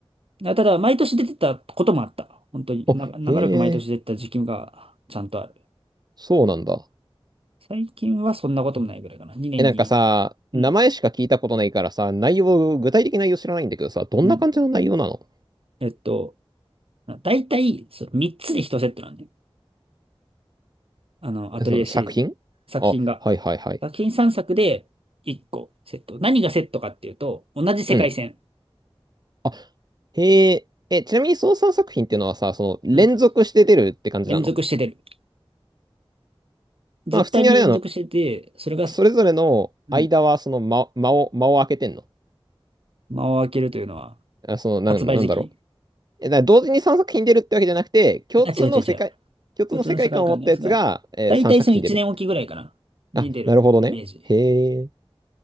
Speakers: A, on the right (about 70°); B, on the right (about 45°).
A: あただ、毎年出てたこともあった。本当に、
B: <laughs> あ、
A: な、長らく毎年出てた時期がちゃんとある。
B: へえ、そうなんだ。
A: 最近はそんなこともないぐらいかな。2年に。
B: え、なんかさ、
A: うん。
B: 名前しか聞いたことないからさ、内容、具体的な内容知らないんだけどさ、どんな感じの内容なの
A: うん。えっと、だいたいそう3つで1セットなんで。あの、アトリエシリーズ。
B: えその作品あ、
A: 作品が。
B: はいはいはい。
A: 作品3作で1個セット。何がセットかっていうと、同じ世界線。
B: うん。あ、へえ、え、ちなみに操作作品っていうのはさ、その連続して出るって感じなの
A: うん。連続して出る。絶対に連続してて、
B: まあ普通にあれなの、
A: それが、
B: それぞれの間はその間、
A: うん。
B: 間を、間を空けてんの
A: 間を空けるというのは、
B: あ、その、なん、
A: 発売時期
B: なんだろう。え、だから同時に3作品出るってわけじゃなくて、共通の世界、
A: あ、違う違う違う。
B: 共通の世界観を持ったやつが、
A: 共通の世界観のやつが、
B: え3作品出る。
A: だいたいその1年おきぐらいかな。に出るイメージ
B: あ、なるほどね。へえ。